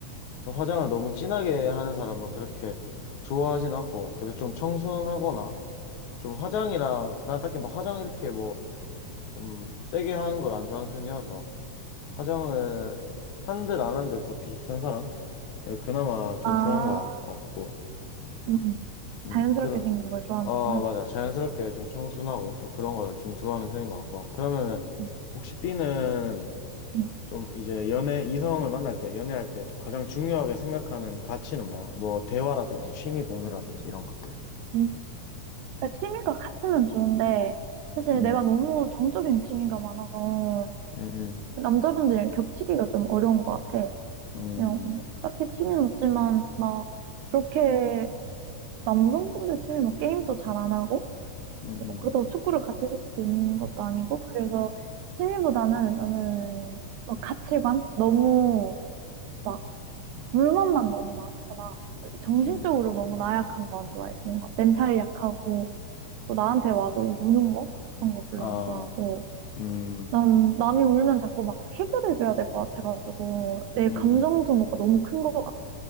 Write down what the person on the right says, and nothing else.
아,
음, 음.
자연스럽게
생긴 걸 좋아하는구나.
음.
음,
음. 그러니까 취미가 같으면 좋은데, 사실
내가 너무 정적인 취미가 많아서,
남자분들이랑 겹치기가 좀 어려운 것 같아.
그냥, 뭐 딱히 취미는 없지만, 막, 그렇게, 남성분들 취미 뭐 게임도 잘 안 하고,
뭐
그렇다고 축구를 같이 해줄 수도 있는 것도 아니고, 그래서 취미보다는 나는, 막 가치관? 너무, 막, 물만만 너무 많거나, 정신적으로
너무 나약한 거 안 좋아해. 뭔가 멘탈이 약하고, 그 나한테 와서 우는 거? 그런 거 별로
안 좋아하고.
난 남이 울면 자꾸 막 해결해줘야 될 것 같아가지고, 내
감정 소모가 너무 큰 것 같아.